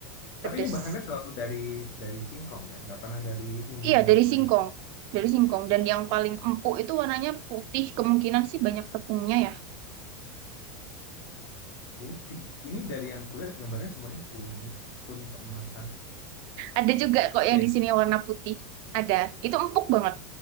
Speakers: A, on the left (about 55°); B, on the right (about 50°).
A: Tapi
B: pedes.
A: ini bahannya selalu dari dari singkong ya, nggak pernah dari umbi-umbian
B: Iya, dari singkong.
A: lain.
B: Dari singkong. Dan yang paling empuk itu warnanya putih. Kemungkinan sih banyak tepungnya ya.
A: Putih. Ini dari yang kulihat gambarnya semuanya kuning, kuning keemasan.
B: Ada juga kok
A: Apa
B: yang
A: ya?
B: di sini warna putih. Ada. Itu empuk banget.